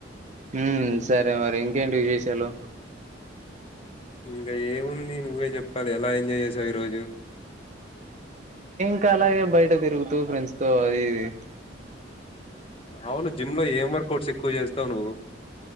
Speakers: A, on the right; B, on the left.
A: హుమ్ సరే మరి ఇంకేంటి విశేషాలు
B: ఇంకా ఏముంది నువ్వే చెప్పాలి ఎలా ఎంజాయ్ చేసావు ఈ రోజు
A: ఇంక అలాగే బయట తిరుగుతూ ఫ్రెండ్స్ తో అది ఇది
B: అవును జిమ్ లో ఏం వర్కౌట్స్ ఎక్కువ చేస్తావు నువ్వు